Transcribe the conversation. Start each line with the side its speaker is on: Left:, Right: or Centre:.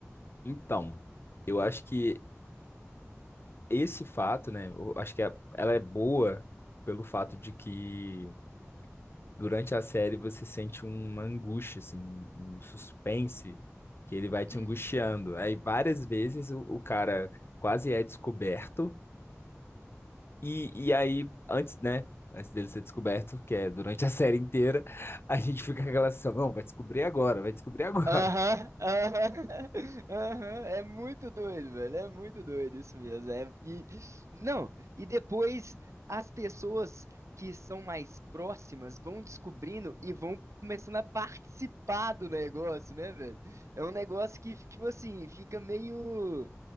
Left: Então, eu acho que esse fato, né? Eu acho que a- ela é boa pelo fato de que durante a série você sente uma angústia, assim, um suspense que ele vai te
Right: Uhum.
Left: angustiando. Aí várias vezes o o cara quase é descoberto E, e aí, antes, né? Antes dele ser descoberto, que é durante a <laughs> série inteira, a gente fica com aquela sensação, não, vai descobrir agora, vai descobrir agora.
Right: Aham,
Left: <laughs>
Right: aham, <laughs> aham, é muito doido, velho, é muito doido isso mesmo. é- e, não, e depois as pessoas que são mais próximas vão descobrindo e vão começando a participar do negócio, né, velho? É um negócio que, tipo assim, fica meio.